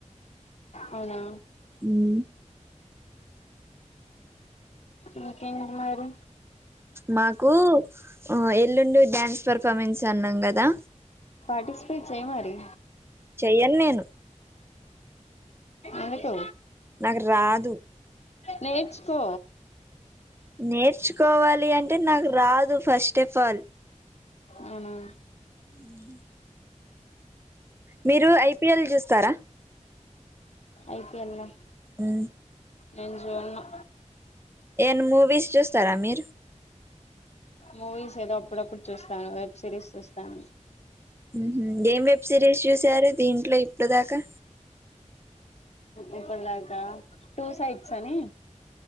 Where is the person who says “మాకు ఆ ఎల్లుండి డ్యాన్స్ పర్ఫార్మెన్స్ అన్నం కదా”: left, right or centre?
Right